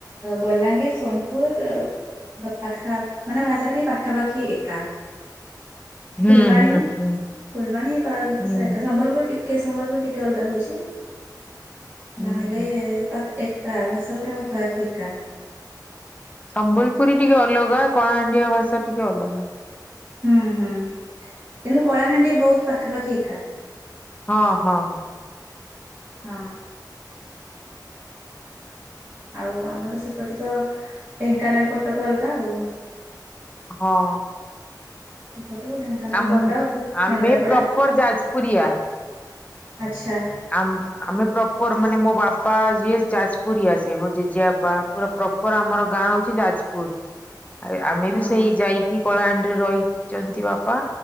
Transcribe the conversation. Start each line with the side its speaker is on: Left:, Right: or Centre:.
Right: ବଲାଙ୍ଗୀର, ସୋନପୁର ଦ ପାଖା ମାନେ ଭାଷାଟା ଟିକେ ପାଖାପାଖି ଏକା।
Left: ହୁଁ
Right: ଫୁଲବାଣୀ
Left: ହୁଁ ହୁଁ।
Right: ଫୁଲବାଣୀ ଏ ଭାଷା
Left: ହୁଁ
Right: ଏକା ସମ୍ବଲପୁର ଟିକେ ସମ୍ବଲପୁର ଟିକେ ଅଲଗା ହଉଛି।
Left: ହୁଁ
Right: ନହେଲେ
Left: ହୁଁ
Right: ତ ଏକା ଭାଷା ପୁରା ଏକା।
Left: ସମ୍ବଲପୁରୀ ଟିକେ ଅଲଗା କଳାହାଣ୍ଡିଆ ଭାଷା ଟିକେ ଅଲଗା।
Right: ହୁଁ ହୁଁ କିନ୍ତୁ କଳାହାଣ୍ଡି ବହୁତ ପାଖାପାଖି ଏକା।
Left: ହଁ ହଁ।
Right: ହୁଁ। ଆଉ ଆମର ସେପଟେ ତ ଢେଙ୍କାନାଳ କଟକ ଅଲଗା ଆଉ।
Left: ହଁ।
Right: ସେପଟୁ ଢେଙ୍କାନାଳ,
Left: ଆମ
Right: କଟକ,
Left: ଆମେ
Right: କେନ୍ଦ୍ରାପଡ଼ା
Left: ପ୍ରପର ଯାଜପୁରିଆ।
Right: ଆଚ୍ଛା।
Left: ଆ ଆମେ ପ୍ରପର ମାନେ ମୋ ବାପା ଯିଏ ଯାଜପୁରୀଆ ସେ ମୋ ଜେଜେବାପା ପୁରା ପ୍ରପର ଆମର ଗାଁ ହଉଛି ଯାଜପୁର।
Right: <inaudible>
Left: ଆରେ ଆମେ
Right: ହଁ
Left: ବି ସେଇ ଯାଇକି କଳାହାଣ୍ଡି ରେ ରହିଛନ୍ତି ବାପା